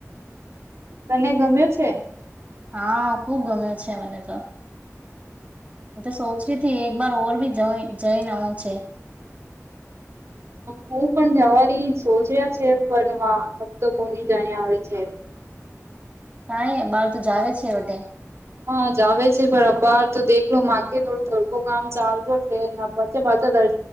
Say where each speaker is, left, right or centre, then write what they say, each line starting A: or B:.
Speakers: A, on the right; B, on the right.
A: હ તને ગમ્યો છે
B: હા ખુબ ગમે છે. છે મને તો અચ્છા મને તો તો સોચ રી હતી એક બારર ભી જ જઈ નાનું છે
A: હું પણ જવારી સોચ રહયા છે પણ ફક્તો કોની જાણ્યા આવે છે
B: નાં બહાર તો જાવ છે એવટે
A: હા જ આવે છે પણ અપાર તો દેખલો માગ થોડું તડકો કામ ચાલજ છે. પાચ પાંચ દ